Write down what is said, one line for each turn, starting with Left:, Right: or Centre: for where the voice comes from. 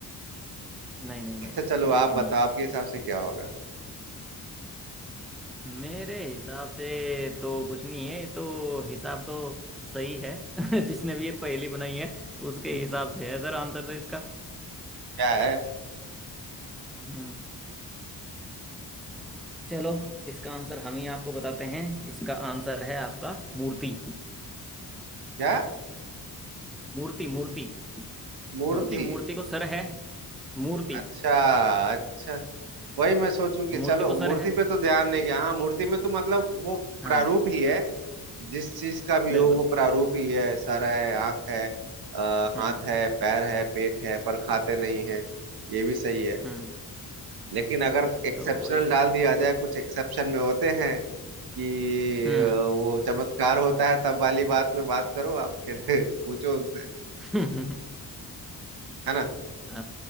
Centre: नहीं नहीं नहीं
Right: अच्छा चलो
Centre: नहीं ये
Right: आप
Centre: भी
Right: बताओ
Centre: नहीं है
Right: आपके हिसाब से क्या होगा
Centre: मेरे हिसाब से तो कुछ नहीं है ये तो हिसाब तो सही है <laughs> जिसने भी ये पहेली बनाई है उसके
Right: हम्म,
Centre: हिसाब से है सर आंसर तो इसका
Right: क्या है
Centre: हम्म चलो इसका आंसर हम ही आपको बताते हैं इसका आंसर है आपका मूर्ति
Right: क्या
Centre: मूर्ति मूर्ति
Right: मूर्ति
Centre: क्योंकि मूर्ति को सर है मूर्ति
Right: अच्छा अच्छा वही मैं सोचू कि
Centre: मूर्ति
Right: चलो
Centre: को सर
Right: मूर्ति
Centre: है
Right: पे तो ध्यान नहीं गया हाँ मूर्ति में तो मतलब वो
Centre: हाँ
Right: प्रारूप ही है जिस चीज का भी
Centre: बिल्कुल
Right: हो वो प्रारूप ही है सर है आंख है अ,
Centre: हम्म
Right: हाथ है पैर है पेट है पर खाते नहीं है ये भी सही है
Centre: हम्म
Right: लेकिन अगर एक्सेप्शनल
Centre: तो इस
Right: डाल दिया जाए कुछ एक्सेप्शन में होते हैं कि
Centre: हम्म
Right: अ, वो चमत्कार होता है तब वाली बात में बात करो आप फिर <laughs> पूछो उनसे
Centre: <laughs>
Right: है ना
Centre: आ,